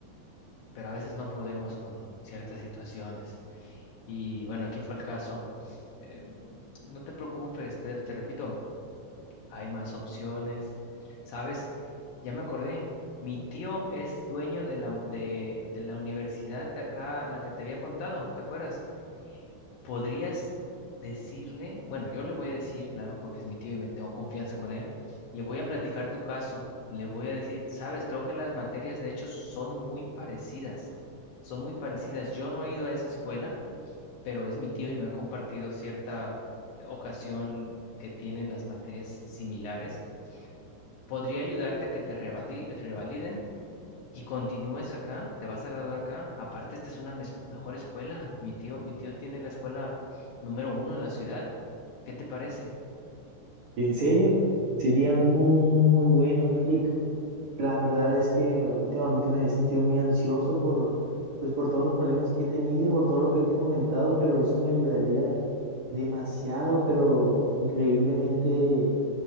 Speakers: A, on the left; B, on the right.
A: pero a veces no podemos con ciertas situaciones. Y bueno, aquí fue el caso. Em, no te preocupes, te te repito. hay más opciones. ¿Sabes? Ya me acordé. Mi tío es dueño de la, de, de la universidad de acá, la que te había contado, ¿te acuerdas? ¿Podrías decirle? Bueno, yo le voy a decir, claro, porque es mi tío y me tengo confianza con él. Le voy a platicar tu caso. Le voy a decir, sabes, creo que las materias de hecho son muy parecidas. Son muy parecidas. Yo no he ido a esa escuela, pero es mi tío y me ha compartido cierta eh, ocasión que tienen las materias similares podría ayudarte a que te revadil- revaliden y continúes acá, te vas a graduar acá. Aparte, esta es una mez- mejor escuela. Mi tío, mi tío tiene la escuela número uno en la ciudad. ¿Qué te parece?
B: ¿En serio? Sería muy, muy, muy muy bueno, Eric. La verdad es que últimamente me he sentido muy ansioso por, pues, por todos los problemas que he tenido, por todo lo que te he comentado, pero eso me ayudaría demasiado, pero increíblemente